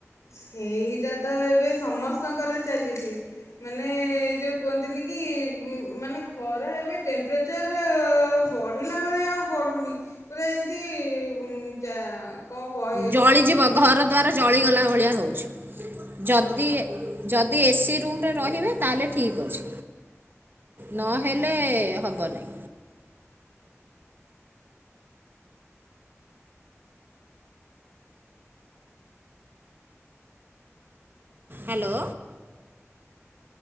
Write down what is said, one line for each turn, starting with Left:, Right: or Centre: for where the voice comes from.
Left: ସେଇଟା ତ ଏବେ ସମସ୍ତଙ୍କର ଚାଲିଛି। ମାନେ ଯୋଉ କୁହନ୍ତିନି କି କି ମାନେ ଖରା ଏବେ ଟେମ୍ପରେଚର୍ ବଢ଼ିଲା ଭଳିଆ ଆଉ ବଢ଼ୁନି। ପୁରା ଯେମିତି ଉଁ ଯା କଣ କହିବି?
Right: ଜଳିଯିବ ଘର ଦ୍ୱାର ଜଳିଗଲା ଭଳିଆ ହଉଛି। ଯଦି ଯଦି ଏସି ରୁମରେ ରହିବେ ତାହେଲେ ଠିକ ଅଛି। ନହେଲେ ହବନି? Hello